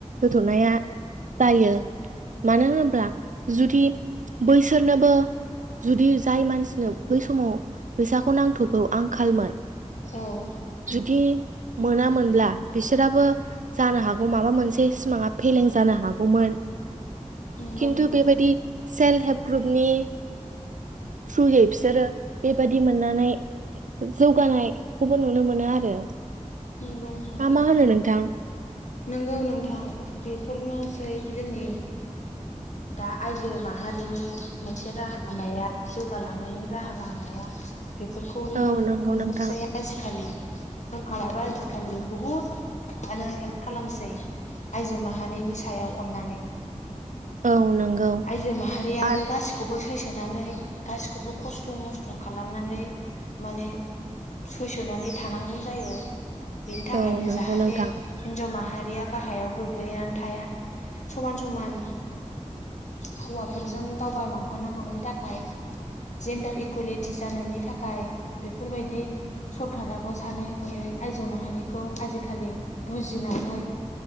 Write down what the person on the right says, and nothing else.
होथ'नाया जायो मानो होनोब्ला जुदि बैसोरनोबो जुदि जाय मानसिनो बै समाव फैसाखौ नांथ'गौ आंखालमोन
जुदि मोनामोनब्ला बिसोराबो जानो हागौ माबा मोनसे सिमाङा फेलें जानो हागौमोन।
खिन्थु
बेबायदि सेल्फ हेल्प ग्रुपनि। थ्रुयै बिसोरो बेबायदि मोननानै जौगानायखौबो नुनो मोनो आरो
मा मा होनो नोंथां
औ नंगौ
नोंथां
औ नंगौ
आरो
औ नंगौ
नोंथां